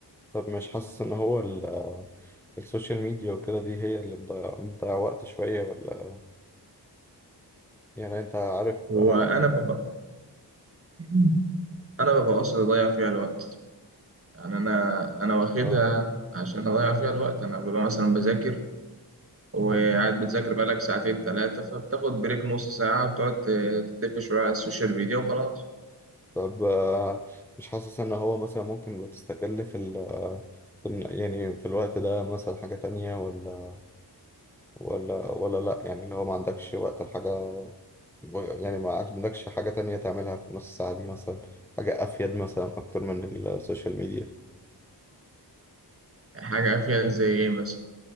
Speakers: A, in the centre; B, on the right.
A: طب مش حاسس ان هو ال- آه، السوشيال ميديا وكده دي هي اللي مضيع مضيع وقت شوية ولا يعني انت عارف
B: وأنا
A: انا
B: ببقى <clears throat> أنا ببقى قصدي أضيع فيها الوقت يعني أنا أنا واخدها
A: اه
B: عشان أضيع فيها الوقت أنا ببقى مثلا بذاكر وقاعد
A: فاهم.
B: بتذاكر بقالك ساعتين ثلاثة فبتاخد بريك نص ساعة بتقعد آه، تلف شوية على السوشيال ميديا وخلاص
A: طب آه، مش حاسس ان هو مثلا ممكن بتستغل في ال آه، في ال- يعني في الوقت ده مثلا حاجة تانية ولا ولا ولا لأ يعني اللي هو ما عندكش وقت الحاجة يعني ما عندكش حاجة تانية تعملها في نص ساعة دي مثلا حاجة أفيد مثلا أكتر من السوشيال ميديا
B: يعني حاجة فيها زي إيه مثلا